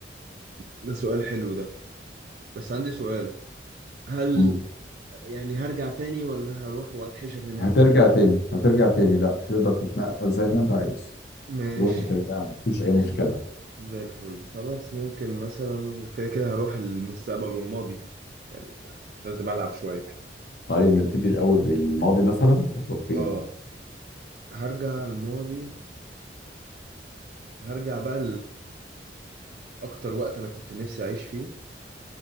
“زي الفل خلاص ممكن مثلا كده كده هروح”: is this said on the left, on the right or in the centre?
Right